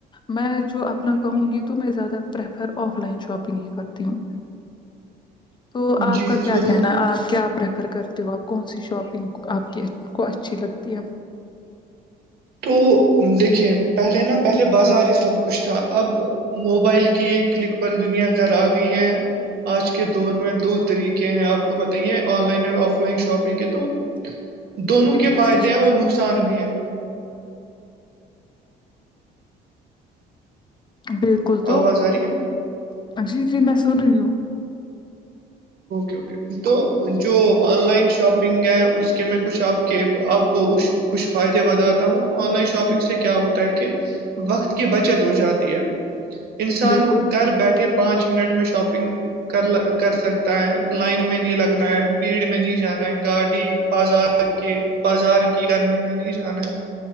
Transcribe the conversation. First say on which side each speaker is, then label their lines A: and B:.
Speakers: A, on the left; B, on the right.
A: میں جو اپنا کہوں گی تو میں زیادہ پریفر آف لائن شاپنگ ہی کرتی ہوں تو
B: جی
A: آپ کا کیا
B: ضرور
A: کہنا آپ کیاپ فر کرتے ہو آپ کون سی شاپنگ آپ کی کو اچھی لگتی ہے
B: تو دیکھیے پہلے نا پہلے بازار ہی سب کچھ تھا اب موبائل کی ایک کلک پر دنیا گھر آ گئی ہے آج کے دور میں دو طریقے ہیں آپ کو بتائیے آن لائن اور آف لائن شاپنگ ہے تو
A: <inaudible>
B: دونوں
A: بالکل
B: کے فائدے
A: صحیح کہا
B: ہیں اور
A: آپ
B: نقصان بھی ہیں
A: بالکل تو
B: آواز آ رہی ہے
A: جی جی میں سن رہی ہوں
B: <inaudible> تو جو آن لائن شاپنگ ہے اس کے میں کچھ آپ کے آپ کو اس کچھ فائدے بتاتا ہوں آن لائن شاپنگ
A: جی
B: سے کیا ہوتا ہے کہ وقت کی بچت ہو جاتی ہے انسان
A: بالکل
B: گھر بیٹھے پانچ منٹ میں شاپنگ کر کر سکتا ہے لائن میں نہیں لگنا ہے بھیڑ میں نہیں جانا ہے گاڑی بازار ت کہ بازار کی گرمی میں نہیں جانا ہے